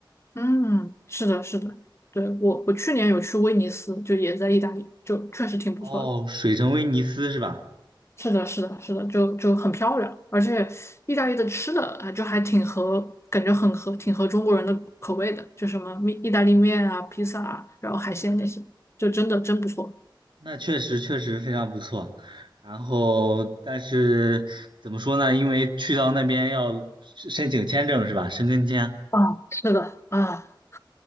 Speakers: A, on the left; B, on the right.
A: 嗯，是的，是的，对，我我去年有去威尼斯，就也在意大利，就确实挺不错的。
B: 哦，水城威尼斯是吧？
A: 是的，是的，是的，就就很漂亮，而且意大利的吃的啊，就还挺合，感觉很合，挺合中国人的口味的，就什么面意大利面啊、披萨啊，然后海鲜那些，就真的真不错。
B: 那确实确实非常不错，然后但是怎么说呢？因为去到那边要申申请签证是吧？申根签，
A: 啊，是的，啊，